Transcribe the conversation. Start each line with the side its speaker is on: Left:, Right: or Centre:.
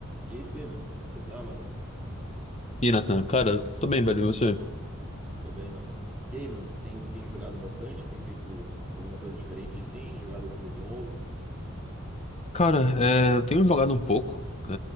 Centre: E aí, Pedro, como você tá, mano?
Left: E Nathan, cara, tô bem, velho, e você?
Centre: Tô bem, mano. E aí, mano, tem, tem jogado bastante? Tem feito alguma coisa diferente assim? Jogado algum jogo novo?
Left: Cara, é, eu tenho jogado um pouco, é,